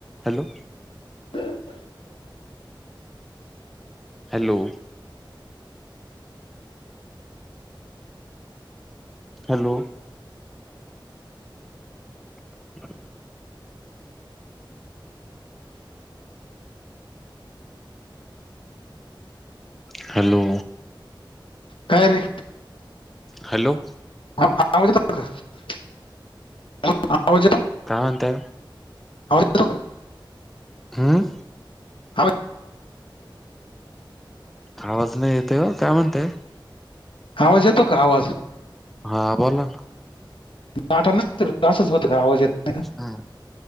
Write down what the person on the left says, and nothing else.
<inaudible>
काय रे
<unintelligible> क हा आवाज येतो
आवाज येतो का
हा <inaudible>
आवाज येतो का आवाज
नाटा नाही तर असंच होतं का आवाज येत नाही का